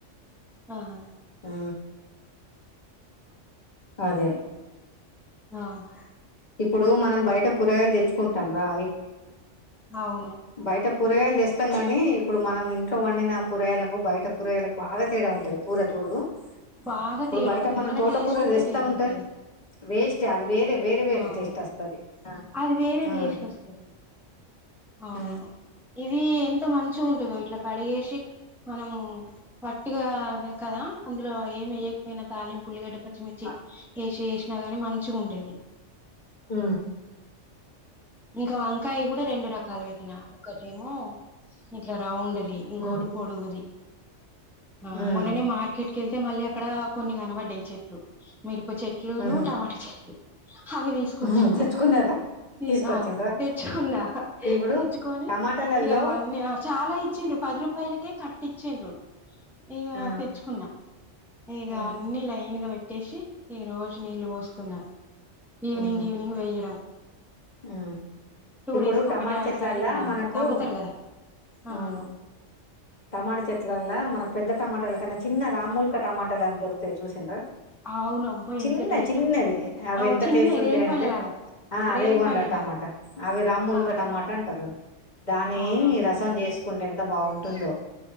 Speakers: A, in the centre; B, on the left.
A: ఆహా
B: ఊ అదే
A: ఆహ
B: ఇప్పుడూ మనం బయట కూరగాయలు తెచ్చుకుంటాం గాదె
A: అవును
B: బైట కూరగాయల్ తెస్తాం గానీ ఇప్పుడు మనం ఇంట్లో వండిన కూరగాయలకు బయట కూరగాయలకు బాగా తేడా ఉంటది కూరచూడూ
A: బాగా
B: ఇప్పుడు
A: తేడా
B: బయట
A: ఉంటది
B: మనం
A: మళ్ళ
B: తోటకూర
A: టేస్ట్ కూడా
B: దెస్తా
A: వేరే
B: ఉంటె
A: ఉంటది
B: వేస్టే అది వేరె వేరె వేరె
A: అవును
B: టేస్ట్ వస్తది అ
A: అది వేరే
B: ఆ
A: టేస్ట్ వస్తది అవును
B: ఆ
A: ఇదీ ఎంత మంచిగా ఉంటందో ఇట్ల కడ చేసి మనమూ వట్టిగాద కదా ఇందులో ఏమెయ్యక పోయ్నా తాళింపు ఉల్లిగడ్డ పచ్చిమిర్చి
B: అ
A: ఏసి ఏసినా గాని మంచిగుంటది
B: ఊ
A: ఇంకా వంకాయ్ కూడ రెండు రకాల్ పెట్టినా ఒకటేమో ఇట్ల రౌండుది ఇంకోటి
B: ఉమ్
A: పొడుగుది ఆ
B: ఉమ్
A: మొన్ననే మార్క్ బయట్కెళ్తే మళ్ళీ అక్కడా కొన్ని కనపడ్డయ్ చెట్లు మీరుప చెట్లూ
B: ఉమ్
A: టమాటా చెట్లు అవి తీస్కొచ్చినా
B: ఉహు తెచ్చుకున్నారా
A: ఈ
B: తీసుకొచ్చిండ్రా
A: ఆ తెచ్చుకున్నా
B: ఇప్పుడు
A: తెచ్చుకొని
B: టమాటాలలో
A: ఇగా అవన్నీ అ చాలా ఇచ్చిండ్రు పది రూపాయలకే కట్ట ఇచ్చిండ్రు ఇకా
B: ఆ
A: తెచ్ కున్నా ఇక
B: ఉమ్
A: అన్ని లైన్గా పెట్టేసి ఈ రోజు నీళ్ళు పోస్తున్నా ఈవినింగ్
B: ఉమ్
A: ఈవినింగ్ పోయడం
B: ఉమ్
A: టూ
B: ఇప్పుడు
A: డేస్ కి
B: టమాటా
A: ఒక
B: చెట్లల్లా
A: సారి ఇట్లా
B: మనకు
A: తవుతారు కదా ఆ
B: అవును టమాటా చెట్లల్లా మనకు పెద్ద టమాటాల కనా చిన్న టమాటాలు రామూలుక టమాటాలు దొరుకుతాయి చూసిండ
A: అవును అబ్బో
B: చిన్నవి
A: ఎంత టేస్ట్
B: చిన్నవి అవి
A: అవు
B: ఎంత
A: చిన్న
B: టేస్ట్ ఉంటాయింటే
A: రేగి పండ్ల లాగా
B: ఆ
A: రేగి
B: రేగుమండల
A: పండ్ల
B: టమాట
A: లాగా
B: అవి రామ్మూల్క
A: అవును
B: టమాట అంటారు దాని
A: అవునవును
B: రసం చేసుకుంటే ఎంత బాగుంటుందో